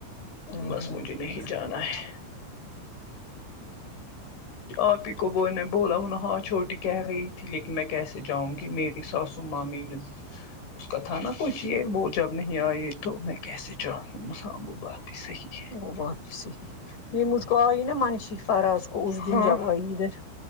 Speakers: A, on the left; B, on the left.
A: ہاں
B: بس
A: ہاں
B: مجھے نہیں جانا ہے آپ ہی کو ب نے بولا ہن ہاں چھوٹی کہہ گئی تھی لیکن میں کیسے جاؤں گی میری ساس تو مامی اس کا تھا نا کچھ یہ وہ جب نہیں آئے تو میں کیسے چاہوں مسامو پر صحیح کیا
A: وہ بات بھی صحیح یہ مجھکو آئی نا منشی فراز وہ اس دن
B: ہاں
A: جب آئی ادھر